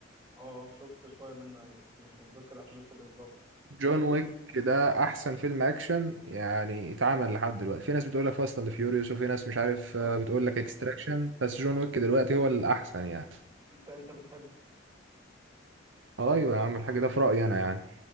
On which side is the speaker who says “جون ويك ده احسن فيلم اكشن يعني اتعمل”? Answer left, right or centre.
Right